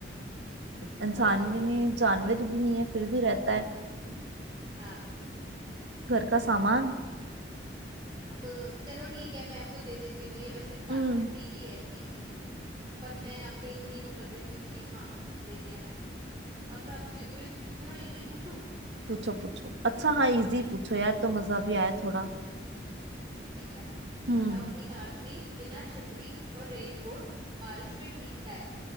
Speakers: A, on the right; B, on the right.
A: इंसान
B: और सोचो
A: भी नहीं है जानवर भी नहीं है फिर भी रहता है
B: हाँ
A: घर का सामान
B: हाँ तो चलो ठीक है मैं आपको दे देती हूँ ये वैसे इसका
A: हम्म
B: आंसर टीवी है टीवी पर मैं आप पे इतनी वो कर देती हूँ कि हाँ दे दिया मैंने अब मैं आपसे एक इतना इजी पूछूं
A: पूछो पूछो अच्छा हाँ इजी पूछो यार तो मजा भी आया थोड़ा
B: ठीक है
A: हम्म
B: बताओ एक आदमी बिना छतरी और रेनकोट बारिश में भीगता है